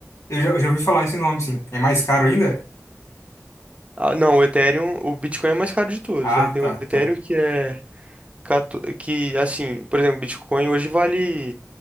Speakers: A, on the left (about 70°); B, on the right (about 25°).
A: Eu já, eu já ouvi falar esse nome, sim. É mais caro ainda?
B: Ah, não, o Ethereum, o Bitcoin é mais caro de todos.
A: Ah,
B: Aí tem
A: tá,
B: o
A: tá.
B: Ethereum que é, 14 que assim, por exemplo, o Bitcoin hoje vale